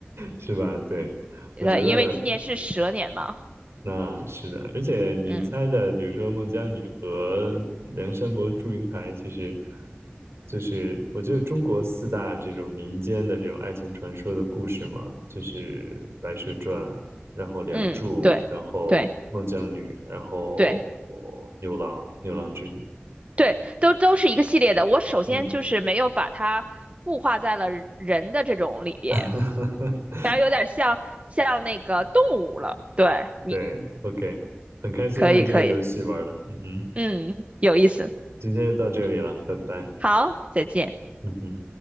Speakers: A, on the right; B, on the right.
A: 是吧？对，
B: 对，
A: 我觉得。
B: 因为今年是蛇年嘛，
A: 那是的，而且你猜的，
B: 嗯
A: 比如说孟姜女和梁山伯祝英台，其实就是我觉得中国四大这种民间的这种爱情传说的故事嘛，就是《白蛇传》，然后《梁祝》，
B: 嗯，对对
A: 然后孟姜女，然后牛郎、
B: 对
A: 牛郎织女。
B: 对，都都是一个系列的。我首先就是没有把它固化在了人的这种里边，
A: 嗯，<laughs>
B: 然后有点像像那个动物了。对，你
A: 对，OK，很开心啊，
B: 可以可以，
A: 这个游戏玩的，嗯哼，
B: 嗯，有意思。
A: 今天就到这里了，拜拜，
B: 好，再见。
A: 嗯哼。